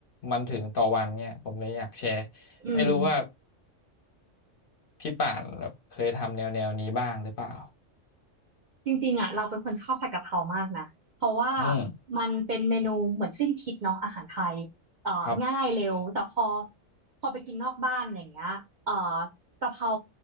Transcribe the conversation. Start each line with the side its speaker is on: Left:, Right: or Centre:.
Left: มันถึงต่อวันเนี่ยผมเลยอยากแชร์
Right: อืม
Left: ไม่รู้ว่าพี่ป่านแบบเคยทำแนวแนวนี้บ้างหรือเปล่า
Right: จริงๆอ่ะเราเป็นคนชอบผัดกะเพรามากนะเพราะว่า
Left: อืม
Right: มันเป็นเมนูเหมือนสิ้นคิดเนาะอาหารไทยเอ่อง่ายเร็วแต่พอ
Left: ครับ
Right: พอไปกินนอกบ้านอย่างเงี้ยเอ่อกะเพรา